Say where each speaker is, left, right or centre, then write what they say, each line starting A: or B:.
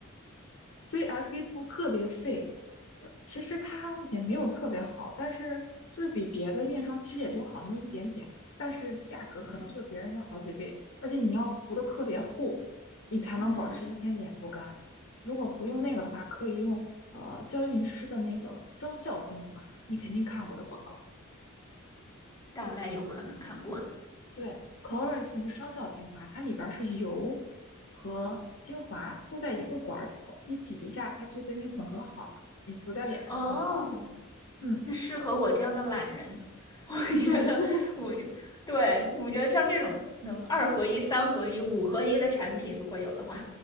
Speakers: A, on the left; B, on the left.
A: 所以 SK two 特别费。就是其实它也没有特别好，但是就是比别的面霜其实也就好那么一点点，但是价格可能就是别人的好几倍，
B: <laughs> 嗯
A: 而且你要涂的特别厚，你才能保持一天脸不干。
B: 嗯，
A: 如果不用那个的话，可以用呃娇韵诗的那个双效精华，你肯定看过的广告。
B: 大概有可能看过。
A: 对，Clarins 那个双效精华，它里边儿是油和精华都在一个管儿里头，你挤一下，它就跟你混合好了，你涂在脸上很薄。
B: 哦，
A: 嗯，
B: 那适合我这样的懒人。<laughs> 我觉得我就对我觉得像这种能二合一、
A: 对，<laughs>
B: 三合一、五合一的产品，如果有的话，